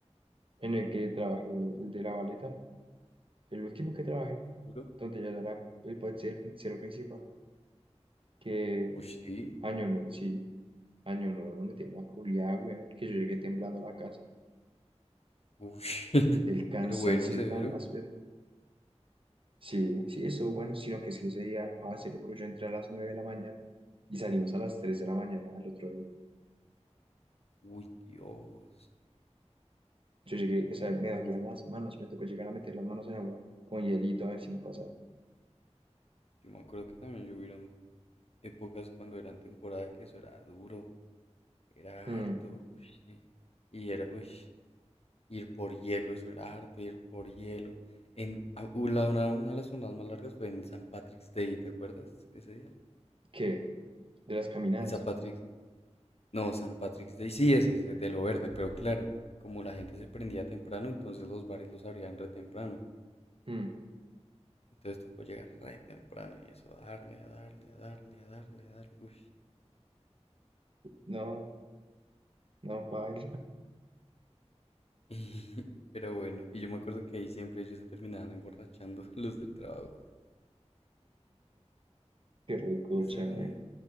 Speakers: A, on the right; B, on the left.
A: En el que trabajé, el de la baleta. El último que trabajé,
B: ¿Duro?
A: donde ya era el, pa- el pizzero principal. Que
B: Uy, sí,
A: Año Nuevo, sí. Año nuevo nos metieron una culiada, weón, que yo llegué temblando a la casa
B: uy, <laughs>
A: del cansancio
B: pero bueno, severo.
A: tan áspero. Sí, sí, estuvo bueno, sino que es que ese día, pa, se lo juro, yo entré a las 9 de la mañana y salimos a las tres de la mañana del otro día.
B: Uy, Dios.
A: Yo llegué, o sea, me dolían
B: Yo me,
A: las manos, me tocó llegar a meter las manos en agua con hielito a ver si me pasaba.
B: yo me acuerdo que también yo hubieron épocas cuando eran temporada que eso era duro, era
A: Mm,
B: harto, uy, sí. Y era, uy, ir por hielo, eso era harto, ir por hielo. En, a- u- una, una de las zonas más largas fue en San Patrick's Day, ¿te acuerdas ese día?
A: ¿qué? ¿De las caminadas?
B: En San Patrick's, no, San Patrick's Day sí ese es de lo verde, pero claro, como la gente se prendía temprano, entonces los bares los abrían re temprano.
A: Mm,
B: Entonces tocó llegar re temprano y eso, darle, a darle, a darle, a darle, a darle, uy.
A: no, no, pa. <laughs>
B: <laughs> Pero bueno, y yo me acuerdo que ahí siempre ellos se terminaban emborrachando <laughs> los del trabajo.
A: Qué recocha,
B: Ese era
A: güey.
B: un